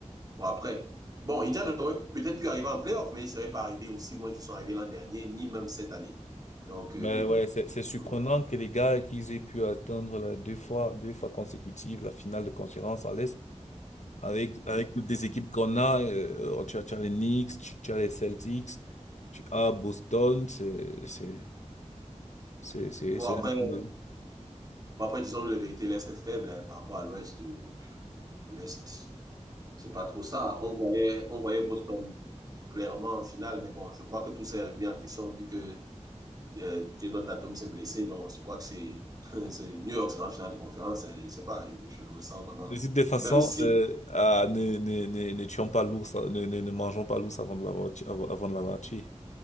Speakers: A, on the right; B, on the left.
A: bon, après. Bon, Indiana aurait peut-être pu arriver en playoff, mais il ne serait pas arrivé aussi loin qu'ils sont arrivés l'an dernier, ni même cette année. Donc, euh,
B: Mais ouais, c'est c'est surprenant
A: bon,
B: que les gars qu'ils aient pu atteindre la deux fois, deux fois consécutives la finale de conférence à l'Est avec
A: ouais.
B: avec toutes les équipes qu'on a. euh, oh, tu as, tu as les Knicks, tu, tu as les Celtics, tu as Boston. C'est c'est c'est c'est
A: Bon,
B: c'est
A: après,
B: un
A: bon,
B: peu-
A: après disons-nous la vérité, l'Est est faible hein, par rapport à l'Ouest. euh, l'Est. C'est pas trop ça. On voyait, on voyait Boston clairement en finale, mais bon, je crois que tout s'est remis en question vu que euh, Jason Tatum s'est blessé. Donc, je crois que c'est <laughs> c'est- New York sera en finale de conférence. hein, je sais pas, je, je le sens vraiment.
B: Les autres, de façon,
A: Même si,
B: euh, ah, ne ne ne ne tuons pas l'ours, ne ne ne mangeons pas l'ours avant de l'avoir tu- avant, avant de l'avoir tué.